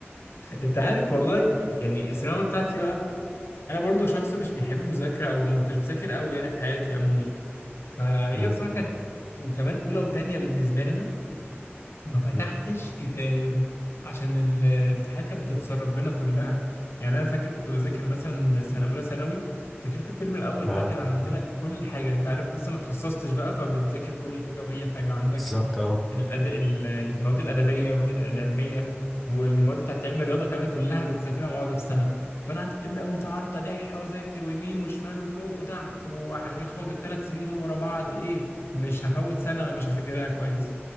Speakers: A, on the left; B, in the centre.
A: انت عارف والله يعني الثانويه بتاعتي بقى انا برضو شخص مش بيحب المذاكره او ما كنتش بذاكر قوي يعني في حياتي عموما فهي
B: مم.
A: بصراحة كانت وكمان أولى وتانية بالنسبة لنا ما فتحتش
B: مم.
A: كتاب عشان ال- الامتحانات كانت بتتسرب بينا كلها يعني انا فاكر كنت بذاكر مثلا سنه اولى ثانوي ذاكرت الترم الاول
B: اه
A: بقى كان عندنا كل حاجه انت عارف لسه ما تخصصتش بقى فبتذاكر كل حاجه واي حاجه عندك
B: بالظبط اه
A: الأد... ال- المواد الأدبية المواد العلمية والمواد بتاعت علم الرياضة كمان كلها بتذاكرها مع بعض في السنة فأنا قعدت الترم الأول ده قعدت أدح وأذاكر ويمين وشمال وفوق وتحت وهاخد الثلاث سنين دول ورا بعض إيه مش هفوت سنة مش هذاكرها كويس